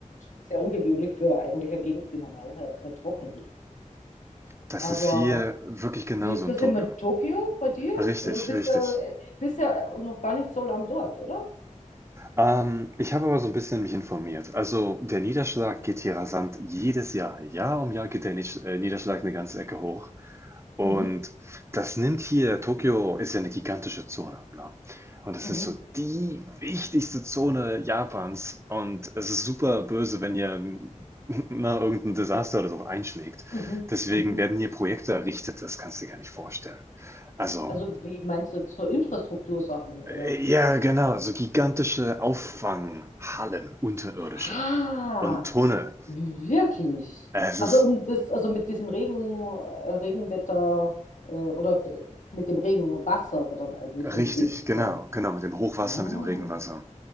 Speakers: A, on the left; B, on the right.
A: Sehr ungewöhnlich für eigentlich eine Gegend, die normal sehr, sehr trocken ist.
B: Das
A: Aber
B: ist hier wirklich genauso
A: wie ist
B: in
A: das
B: Tucke.
A: in Tokio bei dir?
B: Richtig,
A: Weil du bist
B: richtig.
A: ja, äh, bist ja noch gar nicht so lang dort, oder?
B: Ähm, ich habe aber so ein bisschen mich informiert. Also der Niederschlag geht hier rasant jedes Jahr. Jahr um Jahr geht der Nisch- äh, Niederschlag eine ganze Ecke hoch. Und
A: Mhm,
B: das nimmt hier Tokio ist ja eine gigantische Zone, ne? Und das
A: mhm,
B: ist so die wichtigste Zone Japans und es ist super böse, wenn hier <laughs> na irgendein Desaster oder so einschlägt.
A: mhm,
B: Deswegen
A: mhm.
B: werden hier Projekte errichtet, das kannst du dir gar nicht vorstellen. Also
A: Also wie meinst du zur Infrastruktursachen, oder?
B: äh, ja, genau, so gigantische Auffanghallen, unterirdische
A: Ah,
B: und Tunnel.
A: Wirklich?
B: Es
A: Also
B: ist
A: um das, also mit diesem Regen, äh, Regenwetter äh, oder b- mit dem Regenwasser dann eigentlich
B: richtig,
A: umgehen zu
B: genau,
A: können.
B: genau, mit dem Hochwasser,
A: Ah,
B: mit dem Regenwasser.